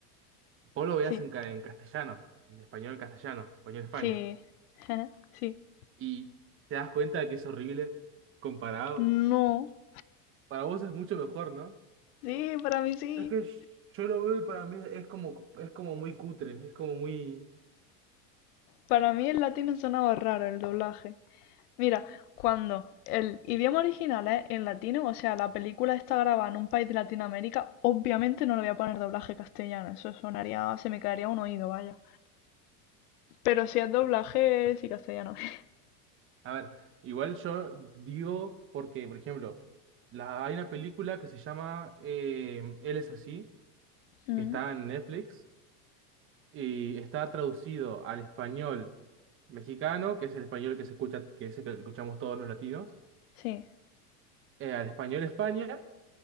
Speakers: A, on the right (about 25°); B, on the left (about 70°).
A: Vos lo veías
B: sí,
A: en, ca- en castellano, en español castellano, español España.
B: sí. <laughs> Sí.
A: Y te das cuenta de que es horrible comparado.
B: No.
A: Para vos es mucho mejor, ¿no?
B: Sí, para mí sí.
A: Es que yo lo veo y para mí es como, es como muy cutre, es como muy...
B: Para mí el latino sonaba raro el doblaje. Mira, cuando el idioma original es en latino, o sea, la película está grabada en un país de Latinoamérica, obviamente no le voy a poner doblaje castellano, eso sonaría, se me caería un oído, vaya. Pero si es doblaje, sí castellano. <laughs>
A: A ver, igual yo digo porque, por ejemplo, la, hay una película que se llama eh, Él es así,
B: Mm,
A: que está en Netflix y está traducido al español mexicano, que es el español que se escucha, que es el que escuchamos todos los latinos,
B: sí,
A: eh, al español España